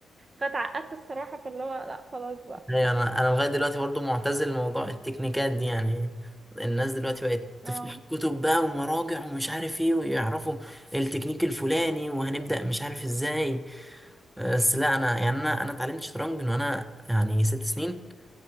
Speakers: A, on the right; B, in the centre.
A: فاتعقدت الصراحة فاللي هو لا خلاص بقى
B: ايوه انا انا لغايه دلوقتي برضو معتزل لموضوع التكنيكات دي يعني الناس دلوقتي بقت تفتح
A: اه
B: كتب بقى ومراجع ومش عارف ايه ويعرفوا التكنيك الفلاني وهنبدا مش عارف ازاي بس لا انا يعني انا انا اتعلمت شطرنج من وانا يعني ست سنين